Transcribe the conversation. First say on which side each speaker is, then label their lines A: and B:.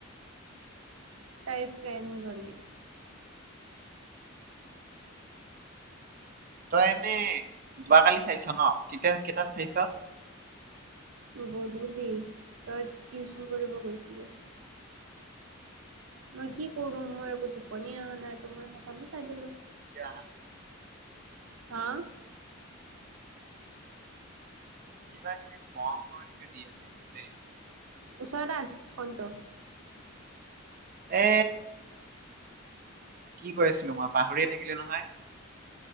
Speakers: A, on the right; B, on the right.
A: তাই ফ্ৰেম জনী
B: তই এনে যোৱাকালি চাইছ ন কেতিয়া কেইটাত চাইছ
A: গধূলি তই টিউচন কৰিব গৈছিলি মই কি কৰো মোৰ একো টোপনি অহা নাই মই সেইকাৰণে চাই দিলো
B: কিয় হ
A: হাঁ
B: কিবা কিবি ফৰ্ম ফৰ্ম দি আছে
A: ওচৰত আন ফোনটো
B: এ কি কৈ আছিলো মই পাহৰিয়ে থাকিলো নহয়